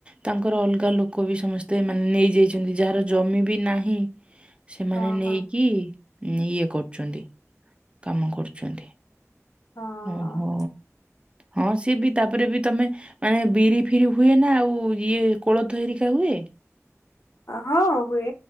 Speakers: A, on the right; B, on the left.
A: ତାଙ୍କର ଅଲଗା ଲୋକ ବି ସମସ୍ତେ ମାନେ ନେଇଯାଇଚନ୍ତି, ଯାହାର ଜମି ବି ନାହିଁ, ସେମାନେ
B: ହଁ
A: ନେଇକି
B: ହଁ
A: ଇଏ କରୁଚନ୍ତି। କାମ କରୁଚନ୍ତି।
B: ହଁ
A: ଓହୋ, ହଁ ସିଏ ବି ତାପରେ ବି ତମେ ମାନେ ବିରି ଫିରି ହୁଏ ନା, ଆଉ ଇଏ କୋଳଥ ହେରିକା ହୁଏ?
B: ହଁ ହୁଏ,